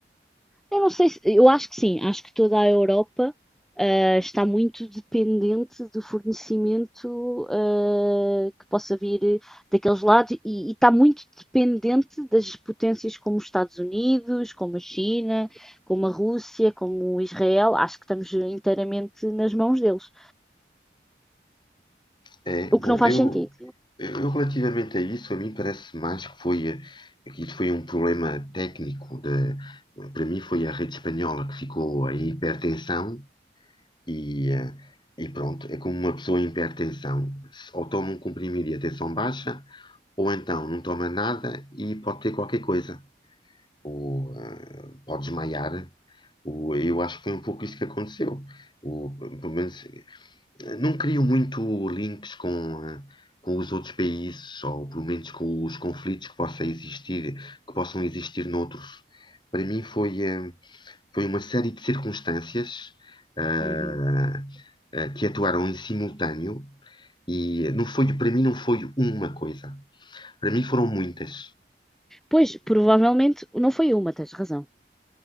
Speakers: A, in the centre; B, on the left (about 25°).
A: Eu não sei se, eu acho que sim, acho que toda a Europa ah, está muito dependente do fornecimento ah, que possa vir daqueles lados e, e está muito dependente das potências como os Estados Unidos, como a China, como a Rússia, como Israel. Acho que estamos inteiramente nas mãos deles,
B: É,
A: o
B: bom,
A: que não faz
B: eu,
A: sentido.
B: eu relativamente a isso, a mim parece mais que foi, eh, que isso foi um problema técnico. De, para mim foi a rede espanhola que ficou em hipertensão e, eh, e pronto, é como uma pessoa em hipertensão. Se- Ou toma um comprimido e a tensão baixa, ou então não toma nada e pode ter qualquer coisa. ou ah, pode desmaiar. O, eu acho que foi um pouco isso que aconteceu. O, pelo menos, eh, não crio muito links com, ah, com os outros países, ou pelo menos com os conflitos que possa existir, que possam existir noutros. Para mim foi, eh, foi uma série de circunstâncias ah,
A: Uhum.
B: ah, que atuaram em simultâneo e não foi, para mim não foi uma coisa. Para mim foram muitas.
A: Pois, provavelmente não foi uma, tens razão.